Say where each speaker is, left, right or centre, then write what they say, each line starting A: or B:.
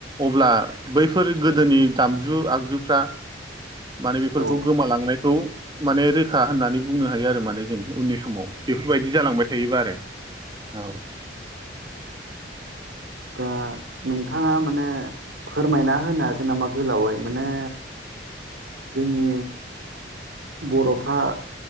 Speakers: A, on the right (about 25°); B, on the right (about 90°).
A: अब्ला बैफोर गोदोनि दामजु आगजुफ्रा माने बेफोरखौ
B: औ औ
A: गोमालांनायखौ माने रोखा होननानै बुंनो हायो आरो माने जों उननि समाव। बेफोरबायदि जालांबाय थायोबा आरो औ।
B: दा नोंथाङा माने फोरमायना होनो हागोन नामा गोलावै माने जोंनि बर'फ्रा